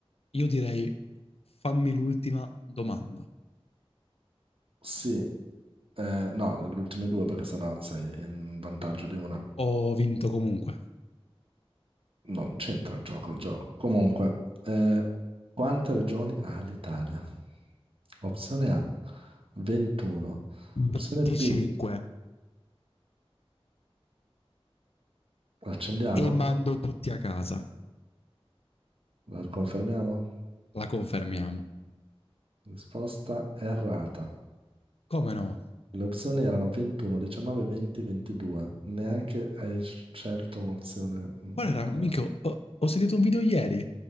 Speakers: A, on the left; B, on the right.
A: Io direi fammi l'ultima domanda.
B: Sì, eh, no, le ultime due perché sennò sei in vantaggio di una.
A: Ho vinto comunque
B: Non c'entra il gioco, il gioco. Comunque, eh, quante regioni ha l'Italia? Opzione A, 21. Opzione
A: 25
B: B, l'accendiamo?
A: e mando tutti a casa.
B: La confermiamo?
A: La confermiamo.
B: Risposta errata.
A: Come no?
B: Le opzioni erano 21, 19, 20, 22. Neanche hai scelto un'opzione mm,
A: Qual era?
B: tra...
A: Minchia, ho, ho sentito un video ieri.